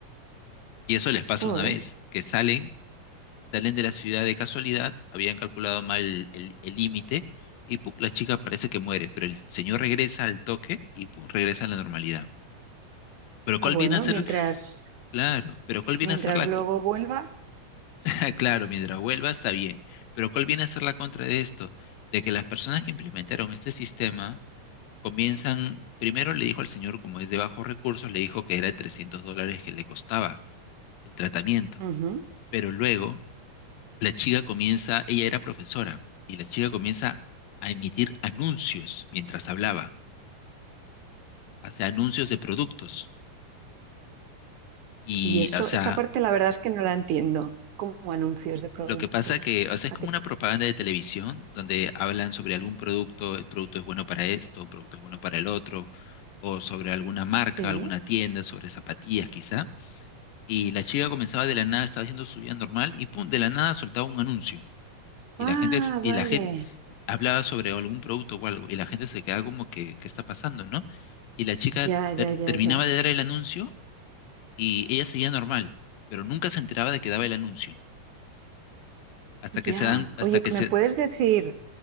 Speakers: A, on the left; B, on the right.
A: Y eso les pasa
B: Joder.
A: una vez, que salen salen de la ciudad de casualidad, habían calculado mal el el el límite y pum, la chica parece que muere, pero el señor regresa al toque y pum, regresa a la normalidad. Pero
B: Ah,
A: ¿cuál
B: bueno,
A: viene a ser?
B: mientras,
A: Claro, pero ¿cuál viene
B: mientras
A: a ser la...
B: luego
A: co-
B: vuelva.
A: <laughs> Claro, mientras vuelva está bien, pero ¿cuál viene a ser la contra de esto? De que las personas que implementaron este sistema comienzan, primero le dijo al señor, como es de bajos recursos, le dijo que era 300 dólares que le costaba el tratamiento,
B: Ujú.
A: pero luego la chica comienza, ella era profesora, y la chica comienza a emitir anuncios mientras hablaba, o sea, anuncios de productos. Y,
B: Y eso,
A: o sea,
B: esta parte la verdad es que no la entiendo, como anuncios de productos.
A: lo que pasa que, o sea,
B: ¿A
A: es como
B: qué
A: una
B: te-
A: propaganda de televisión donde hablan sobre algún producto, el producto es bueno para esto, el producto es bueno para el otro, o sobre alguna marca,
B: Sí.
A: alguna tienda, sobre zapatillas quizá. Y la chica comenzaba de la nada, estaba haciendo su vida normal y pum, de la nada soltaba un anuncio. Y
B: Ah,
A: la gente, es- y
B: vale.
A: la gente hablaba sobre algún producto o algo y la gente se quedaba como que, ¿qué está pasando, no? Y la chica
B: Ya, ya,
A: ter-
B: ya,
A: terminaba
B: ya.
A: de dar el anuncio y ella seguía normal, pero nunca se enteraba de que daba el anuncio. Hasta
B: Ya.
A: que se dan, hasta
B: Oye,
A: que se...
B: ¿me puedes decir,